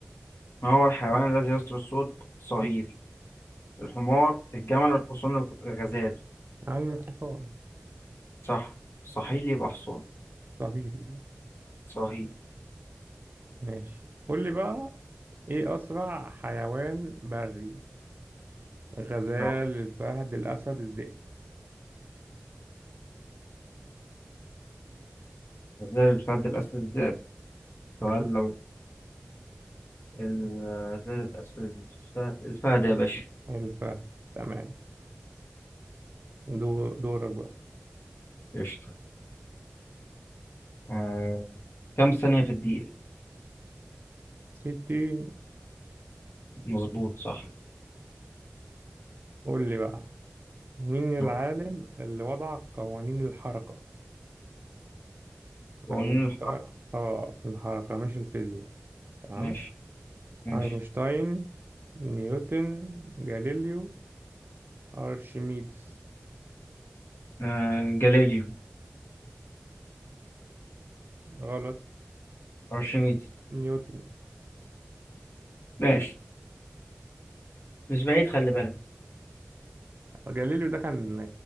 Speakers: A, on the left; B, on the right.
A: ما هو الحيوان الذي يصدر الصوت صهيل الحمار الجمل الحصان الغزال
B: على الحصان
A: صح صهيل يبقى حصان
B: صهيل
A: صهيل
B: ماشي قول لي بقى ايه أسرع حيوان بري الغزال
A: أهو.
B: الفهد الأسد الذئب
A: غزال الفهد الأسد الذئب سؤال
B: مم.
A: لو الغزال الأسد الفهد الفهد يا باشا
B: الفهد تمام دو دورك بقى
A: قشطة آه. كم ثانية في الدقيقة
B: ستين
A: مظبوط صح
B: قول لي بقى مين العالم
A: هو
B: اللي وضع قوانين الحركة
A: وقانون
B: أينشتاين
A: الحرب
B: اه الحركة مش الفيزياء تمام
A: ماشي ماشي
B: أينشتاين نيوتن جاليليو أرشميدس
A: آه. جاليليو
B: غلط
A: أرشميدس
B: نيوتن
A: ماشي مش بعيد خلي بالك
B: جاليليو ده كان